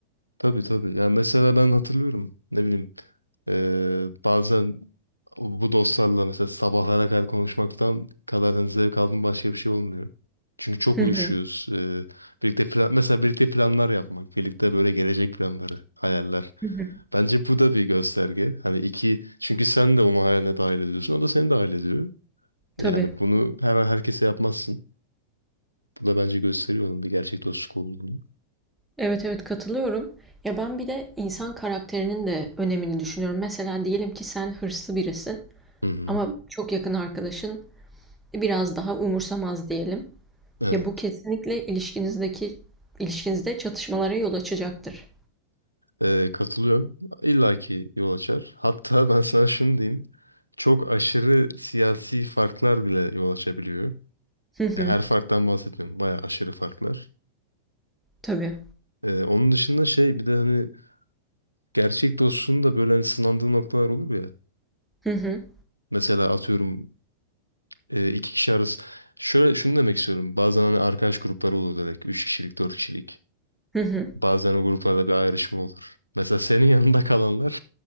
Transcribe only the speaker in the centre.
Hı
hı.
hı hı.
Tabii.
Evet evet katılıyorum. Ya ben bir de insan karakterinin de önemini düşünüyorum. Mesela diyelim ki sen hırslı birisin.
Ama çok yakın arkadaşın "E, biraz daha umursamaz diyelim.
Ya bu kesinlikle ilişkinizdeki ilişkinizde çatışmalara yol açacaktır.
Hı hı.
Tabii.
Hı hı.
Hı hı.